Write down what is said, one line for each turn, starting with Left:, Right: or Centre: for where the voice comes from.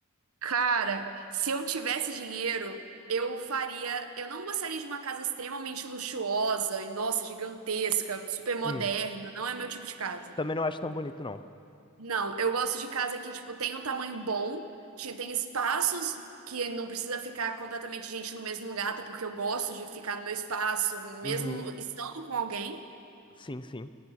Right: Cara, se eu tivesse dinheiro, eu faria. Eu não gostaria de uma casa extremamente luxuosa e, nossa, gigantesca, super moderna.
Left: Hum,
Right: Não é meu tipo de casa.
Left: também não acho tão bonito, não.
Right: Não, eu gosto de casa que, tipo, tem um tamanho bom, te- tem espaços que não precisa ficar completamente gente no mesmo lugar, até porque eu gosto de ficar no meu espaço, mesmo
Left: Uhum,
Right: estando com alguém.
Left: sim, sim.